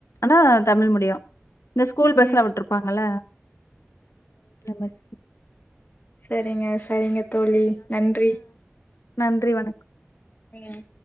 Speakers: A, on the left; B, on the left.
A: ஆனா தமிழ் மீடியம் இந்த ஸ்கூல் பஸ்லா
B: ம்
A: விட்டுருப்பாங்கல்ல அந்த மாரி ஸ்கூல்
B: சேரிங்க சேரிங்கத் தோழி நன்றி
A: நன்றி வணக்கம்
B: ஏங்க